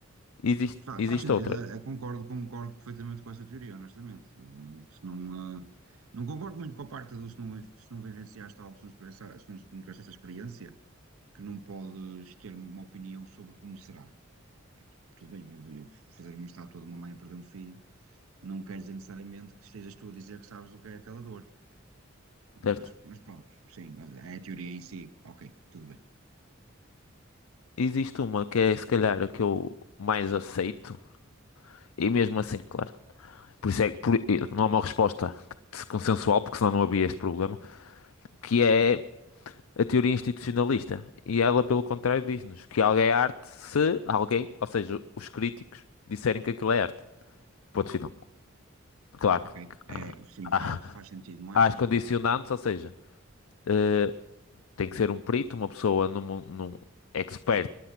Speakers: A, on the left; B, on the right.
A: Existe,
B: Fa-
A: existe
B: Faz sentido,
A: outra,
B: eh, eh, concordo, concordo perfeitamente com essa teoria, honestamente. Não- Se não, ah, não concordo muito com a parte do se não, vi- se não vivenciaste algo, se não, expressa- se não- se não tiveste essa experiência, que não podes ter uma opinião sobre como será. Tudo bem, eu, eu fazer uma estátua de uma mãe a perder um filho, não quer dizer necessariamente que estejas tu a dizer que sabes o que é aquela dor.
A: certo?
B: Mas, mas pronto, sim, é a teoria em si. Ok, tudo bem.
A: Existe uma que é se calhar a que eu mais aceito, e mesmo assim, claro. Por isso é que por- eh, não há uma resposta que se- consensual, porque senão não havia este problema, que é a teoria institucionalista. E ela, pelo contrário, diz-nos que algo é arte se alguém, ou seja, os críticos, disserem que aquilo é arte. Ponto final. Claro
B: Ok,
A: que
B: é,
A: há,
B: sim, faz,
A: há-
B: faz sentido, não haja
A: há as
B: dúvida.
A: condicionantes, ou seja, eh, tem que ser um perito, uma pessoa num, mu- num expert